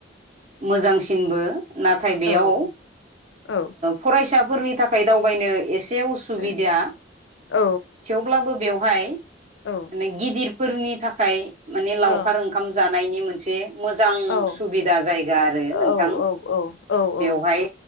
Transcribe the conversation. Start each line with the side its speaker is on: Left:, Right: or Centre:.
Right: मोजांसिनबो। नाथाय बेयाव
Left: औ औ औ
Right: फरायसाफोरनि थाखाय दावबायनो एसे। उसुबिदा
Left: ओ औ
Right: थेवब्लाबो बेवहाय
Left: औ
Right: मे गिदिर फोरनि थाखाय माने लावखार
Left: औ
Right: ओंखाम जानायनि मोनसे मोजां
Left: औ
Right: सुबिदा जायगा आरो
Left: औ
Right: नोंथां
Left: औ
Right: बेवहाय।
Left: औ